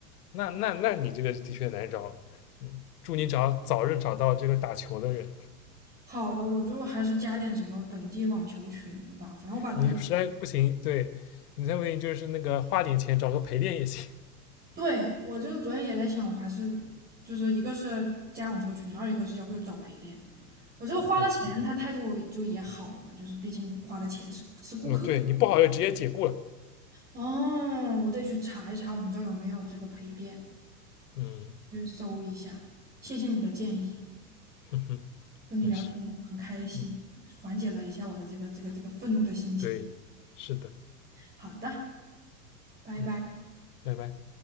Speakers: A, on the left; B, on the right.
A: 那那那你这个的确难找了。嗯，祝你找早日找到这个打球的人。
B: 好的，我就还是加点什么本地网球群吧，反正我把这个，
A: 你实在不行，对你再不行就是那个花点钱找个陪练也行。
B: 对，我就昨天也在想，我还是就是一个是加网球群，二一个是要不就找陪练。我就花了钱，
A: 嗯，
B: 他态度就也好嘛，就是毕竟花了钱是是顾客。
A: 嗯，对你不好就直接解雇了。
B: 哦，我得去查一查我们这儿有没有这个陪练，
A: 嗯，
B: 去搜一下。谢谢你的建议，
A: <laughs> 嗯哼没事。
B: 跟你聊天很开心，
A: 嗯，
B: 缓解了一下我的这个这个这个愤怒的心情。
A: 对，是的。
B: 好的，拜拜。
A: 嗯，拜拜。